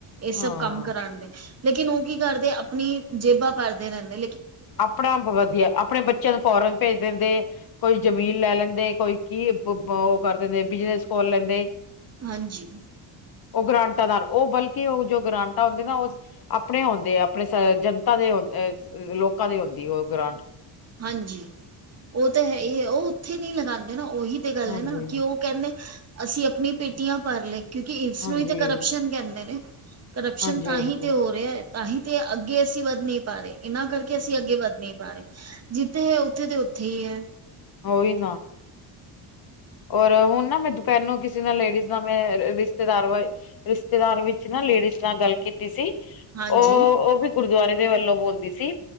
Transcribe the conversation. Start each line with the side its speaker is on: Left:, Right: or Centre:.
Right: ਏ
Left: ਹਾਂ
Right: ਸਭ ਕੰਮ ਕਰਾਣ ਦੇ ਲੇਕਿਨ ਓ ਕੀ ਕਰਦੇ ਆਪਣੀ ਜੇਬਾਂ ਭਰਦੇ ਰੈਂਦੇ।
Left: ਆਪਣਾ ਆਪ ਵਧੀਆ, ਆਪਣੇ ਬੱਚਿਆਂ ਨੂੰ ਫੋਰਨ ਭੇਜ ਦਿੰਦੇ। ਕੋਈ ਜ਼ਮੀਨ ਲੈ ਲੈਂਦੇ, ਕੋਈ ਕੀ ਓ ਕਰ ਦਿੰਦੇ ਬਿਜਨਸ ਖੋਲ ਲੈਂਦੇ।
Right: ਹਾਂਜੀ।
Left: ਓ ਗਰਾਂਟਾਂ ਦਰ ਓ ਬਲਕਿ ਓ ਜੋ ਗਰਾਂਟਾਂ ਹੁੰਦੇ ਨਾ, ਜੋ ਆਪਣੇ ਹੋਂਦੇ ਆ ਆਪਣੇ ਸ ਜਨਤਾ ਦੇ ਆ, ਲੋਕਾਂ ਦੇ ਹੋਂਦੀ ਓ ਗਰਾਂਟ।
Right: ਹਾਂਜੀ ਓ ਤਾਂ ਹੈ ਈ ਐ, ਓ ਓਥੇ ਨੀ ਲਗਾਂਦੇ ਨਾ, ਓਹੀ ਤੇ ਗੱਲ
Left: ਹਾਂਜੀ
Right: ਐ ਨਾ ਕੀ ਓ ਕੈਂਦੇ ਅਸੀਂ ਆਪਣੀ ਪੇਟੀਆਂ ਭਰ ਲਏ ਕਿਉਂਕਿ ਇਸਨੂੰ
Left: ਹਾਂਜੀ
Right: ਈ ਤੇ
Left: ਹਾਂਜੀ
Right: ਕਰਪਸ਼ਨ ਕੈਂਦੇ ਨੇ। ਕਰਪਸ਼ਨ
Left: ਹਾਂਜੀ
Right: ਤਾਂਹੀ ਤੇ ਹੋ ਰਿਆ, ਤਾਂਹੀ ਤੇ ਅੱਗੇ ਅਸੀਂ ਵੱਧ ਨੀ ਪਾ ਰੇ, ਏਨਾਂ ਕਰਕੇ ਅਸੀਂ ਅੱਗੇ ਵੱਧ ਨੀ ਪਾ ਪਰ ਜਿੱਥੇ ਐ ਓਥੇ ਦੇ ਓਥੇ ਹੀ ਐ।
Left: ਓਈ ਨਾ। ਔਰ ਹੁਣ ਨਾ ਮੈਂ ਦਪੈਰ ਨੂੰ ਕਿਸੇ ਨਾਲ, ਲੇਡੀਜ਼ ਦਾ ਮੈਂ ਰਿਸ਼ਤੇਦਾਰ ਵਈ ਰਿਸ਼ਤੇਦਾਰ ਵਿੱਚ ਨਾ ਲੇਡੀਜ਼ ਨਾਲ ਗੱਲ ਕੀਤੀ ਸੀ।
Right: ਹਾਂਜੀ
Left: ਓ ਓ ਵੀ ਗੁਰਦਵਾਰੇ ਦੇ ਵੱਲੋਂ ਬੋਲਦੀ ਸੀ।